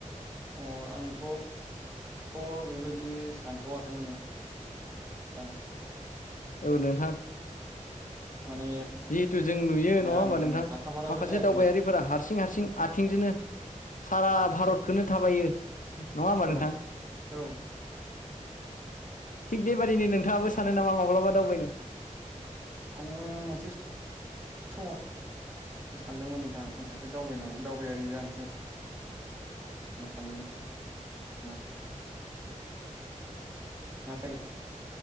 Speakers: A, on the right; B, on the left.
A: अ आंथ थ बेबायदि सानथवाखैमोन नोंथां
B: औ नोंथां
A: माने
B: जिहेथु जों नुयो नङा
A: आङो
B: होमबा नोंथां
A: साखाफाराबो
B: माखासे
A: जायाखै
B: दावबायारिफोरा हारसिं हारसिं हारसिं आथिंजोंनो सारा भारतखौनो थाबायो नङा होनबा
A: औ
B: नोंथां
A: औ
B: थिग बेबादिनो नोंथाङाबो सानो नामा माब्लाबा दावबायनो
A: आंङो मोनसे समाव सानदोंमोन नोंथां आं सासे दावबायनानै दावबायारि जानोसै मा सानदोंमोन? नाथाय